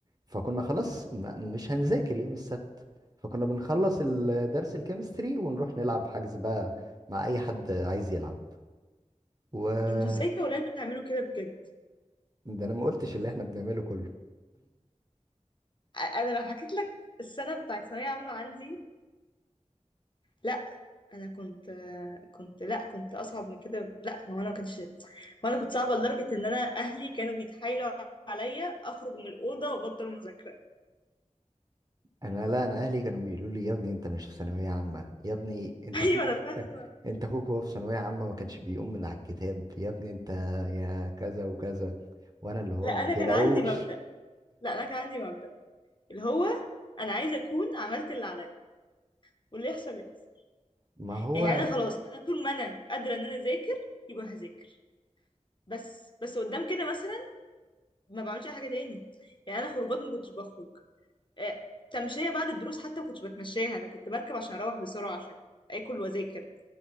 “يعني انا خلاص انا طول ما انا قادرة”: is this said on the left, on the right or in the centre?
Left